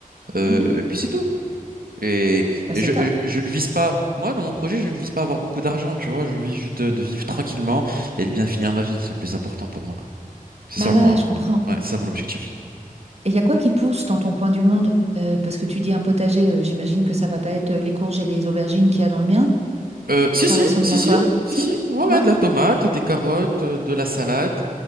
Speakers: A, on the right; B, on the right.
A: euh,
B: mhm.
A: et puis c'est tout. Et,
B: Bah
A: et
B: c'est
A: je,
B: top.
A: je, je ne vise pas, moi, dans mon projet, je ne vise pas avoir beaucoup d'argent, tu vois, je vise juste de, de vivre tranquillement et de bien finir ma vie, c'est le plus important pour moi. C'est
B: Bah
A: ça
B: ouais,
A: mon,
B: ouais, je
A: ouais,
B: comprends.
A: c'est ça mon objectif.
B: Et il y a quoi qui pousse dans ton coin du monde? Euh, parce que tu dis un potager, euh, j'imagine que ça va pas être euh, les courges et les aubergines qu'il y a dans le mien.
A: Euh, si,
B: Ça
A: si,
B: ressemble
A: si,
B: à
A: si,
B: quoi?
A: si,
B: Si?
A: si, ouais, ouais,
B: Ouais?
A: de la tomate, des carottes, euh, de la salade,